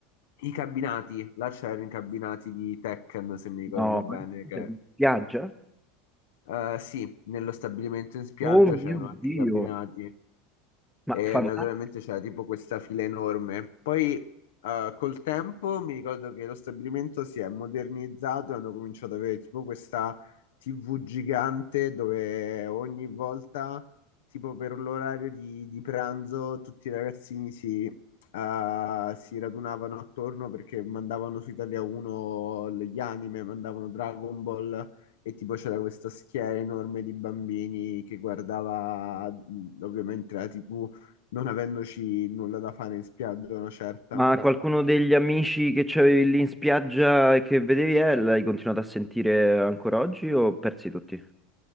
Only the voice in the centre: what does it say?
No,
<laughs> ma che cos'è?
In spiaggia?
Oh
mio
Dio!
Ma,
Oh, fanta-
ma ma- qualcuno degli amici che c'avevi lì in spiaggia e che vedevi, eh, l'hai continuato a sentire ancora oggi o persi tutti?